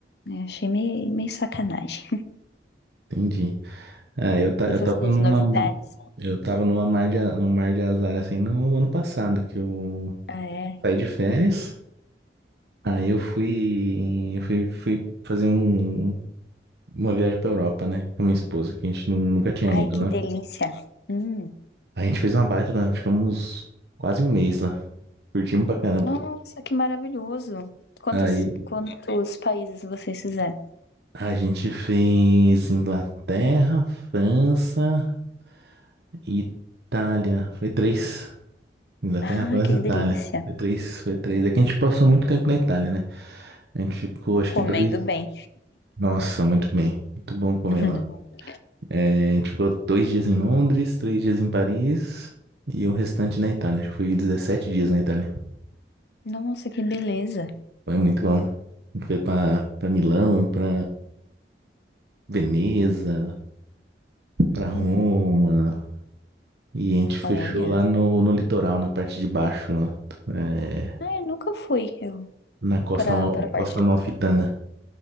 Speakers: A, on the left; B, on the right.
A: né, achei meio, meio sacanagem.
B: Entendi. Ah, eu, ta-
A: E
B: eu tava
A: vocês,
B: numa,
A: novidades?
B: eu tava numa mar de, a- num mar de azar assim no ano passado, que eu
A: Ah, é.
B: saí de férias. Aí eu fui, eu fui, fui fazer um. uma viagem pra Europa, né? Com a minha esposa, que a gente nu- nunca tinha
A: Ai,
B: ido,
A: que
B: né?
A: delícia. Hum.
B: A gente fez uma baita, né? Ficamos quase um mês lá. Curtimos pra caramba.
A: Nossa, que maravilhoso. Quantos,
B: Aí
A: quantos países vocês fizeram?
B: a gente fez Inglaterra, França e Itália. Foi três. Inglaterra,
A: Ah,
B: França
A: que
B: e Itália.
A: delícia.
B: Foi três, foi três. É que a gente passou muito tempo na Itália, né? A gente ficou, acho
A: Comendo
B: que dois.
A: bem.
B: Nossa, muito bem. Muito bom comer
A: <laughs>
B: lá. É, a gente ficou dois dias em Londres, três dias em Paris e o restante na Itália. Acho que foi 17 dias na Itália.
A: Nossa, que beleza.
B: Foi muito bom. A gente foi pra, pra Milão, pra Veneza,
A: Hum.
B: pra Roma. E a gente fechou
A: Olha.
B: lá no, no litoral, na parte de baixo, lá. É,
A: Ah, eu nunca fui. Eu
B: na costa,
A: para
B: Amal-
A: para a parte
B: costa Amalfitana.
A: litoral.